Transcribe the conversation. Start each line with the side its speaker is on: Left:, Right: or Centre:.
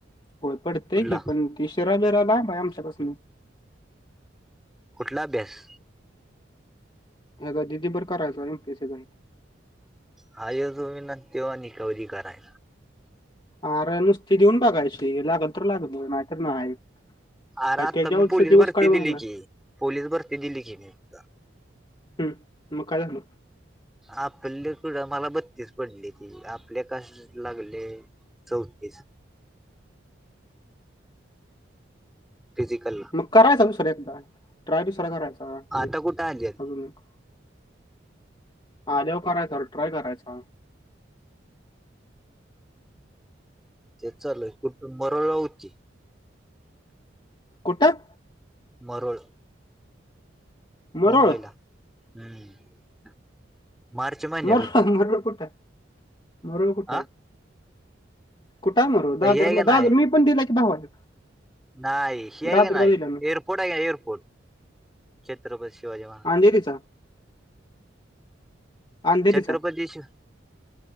Left: होय पडत
Centre: कुठला
Left: की पण तिशरा बिराला भया आमच्याकस नाही
Centre: कुठला अभ्यास
Left: ह्याचा दिदीर करायचं आणि पैसे जा
Centre: हा ये तुम्ही ना तेव्हा रिकवी करायच
Left: अरे नुसती देऊन बघायची लागल तर लागत नाहीत नाही
Centre: अर
Left: काय
Centre: आता
Left: त्याच्यावरचा
Centre: मी पोलीस
Left: दिवस
Centre: भरती
Left: काय म्हणणार
Centre: दिली की पोलीस भरती दिली की मी आ
Left: हम्म मग काय झालं?
Centre: आपले कड मला बत्तीस पडली ती आपल्या कास लागले चौतीस. फिजिकला.
Left: मग करायचा दुसऱ्या एकदा ट्राय दुसरा करायचा
Centre: आता
Left: एक
Centre: कुठे आली
Left: अजून एक. आल्यावर करायचा ट्राय करायचा.
Centre: तेच चालय कुठं मरोळा उची.
Left: कुठं?
Centre: मरोळ.
Left: मरोळ
Centre: मुंबईला हम्म. मार्च महिन्यात
Left: मर
Centre: होती
Left: मरोळ कुठाय, मरोळ कुठाय?
Centre: हा
Left: कुठाय मरोळ दादरला
Centre: हे आहे का नाही
Left: दादर मी पण दिलाय की भावाला.
Centre: नाही हि आहे
Left: दादरला
Centre: का नाही
Left: दिला ना
Centre: एअरपोर्ट आहे का एअरपोर्ट छत्रपती शिवाजी महा
Left: अंजेरीचा. अंधेरीचा
Centre: छत्रपती शि